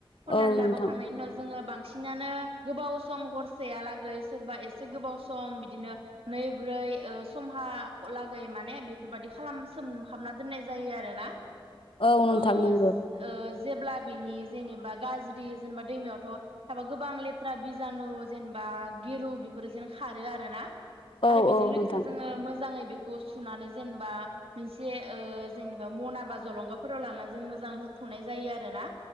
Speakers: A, on the right; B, on the left.
A: खननानै
B: औ
A: लाबोखांनायनि
B: नोंथां
A: उनाव जोङो बांसिनानो गोबाव सम हरसेयालागै सोरबा एसे गोबाव सम बिदिनो नै ब्रै ओ समहा लागै माने बे फोरबायदि खालाम सोम हाबना दोननाय जायो आरो। ना
B: औ
A: ओज
B: नोंथां नंगौ
A: ओज। जेब्ला बिनि जेनेबा गाज्रि जेनेबा दैमायावथ थाबा गोबां लेथ्रा बिजानु जेनेबा गिरु बेफोरजों खारो आरोना। आरो
B: औ
A: बेजों
B: औ
A: लोगोसे
B: नोंथां
A: जोङो मोजाङै बे खौ सुनानै जेनेबा मोनसे ओ जेन बा मना बा जलंगाफोराव लानानै जों मोजां हुखनाय जायो आरोना।